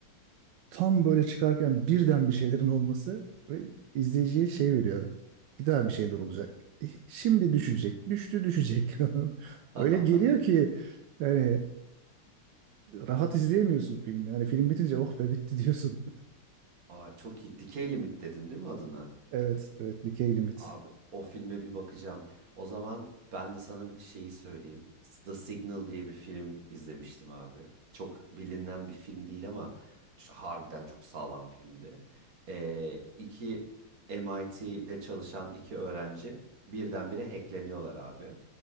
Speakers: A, on the right (about 75°); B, on the right (about 45°).
A: tam böyle çıkarken birden bir şeylerin olması ve izleyiciye şey veriyor. Bir daha bir şeyler olacak. E, Şimdi düşecek, düştü düşecek. <laughs>
B: <laughs>
A: Öyle geliyor ki yani rahat izleyemiyorsun filmi. Yani film bitince oh be bitti diyorsun. <laughs>
B: Aa, çok iyi. Decay Limit dedin değil mi adına?
A: Evet, evet Decay Limit.
B: Abi o filme bir bakacağım. O zaman ben de sana bir şeyi söyleyeyim. The Signal diye bir film izlemiştim abi. Çok bilinen bir film değil ama ç- harbiden çok sağlam filmdi. Ee, iki MIT'de çalışan iki öğrenci birdenbire hackleniyorlar abi.